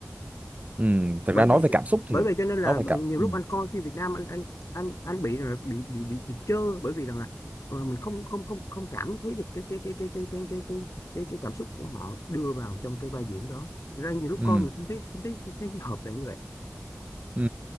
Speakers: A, on the right (about 30°); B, on the left (about 80°).
A: ừ thực
B: bởi
A: ra nói
B: vậy
A: về
B: cho-
A: cảm xúc thì
B: bởi vậy cho nên là
A: nói về
B: ờ,
A: cảm
B: nhiều
A: ừ
B: lúc anh coi phim Việt Nam anh anh anh anh bị là bị bị bị bị chơ bởi vì rằng là ờ, mình không không không không cảm thấy được cái cái cái cái cái cái cái cái cái, cái cảm xúc của họ đưa vào trong cái vai diễn đó ra nhiều lúc
A: ừ
B: coi mình không thấy không thấy, không thấy hợp lại như vậy
A: ừ